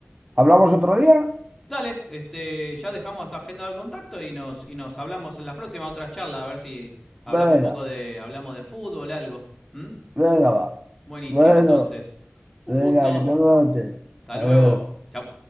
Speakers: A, on the right (about 25°); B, in the centre.
A: ¿hablamos otro día?
B: Dale, este, ya dejamos agenda al contacto y nos, y nos hablamos en las próximas otras charlas, a ver si hablamos
A: Venga,
B: un poco de, hablamos de fútbol, algo. ¿Mm?
A: venga, va.
B: Buenísimo,
A: Bueno,
B: entonces. Un
A: venga,
B: gusto.
A: que tengas una noche.
B: Hasta
A: Adiós.
B: luego. Chau.